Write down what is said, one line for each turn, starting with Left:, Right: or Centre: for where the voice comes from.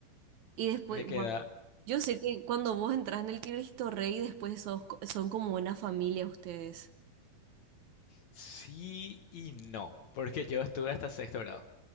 Right: Y después,
Left: Me quedaba.
Right: wow. Yo sé que cuando vos entras en el Cristo Rey, después sos co- son como una familia ustedes.
Left: Sí y no, porque yo estuve hasta sexto grado.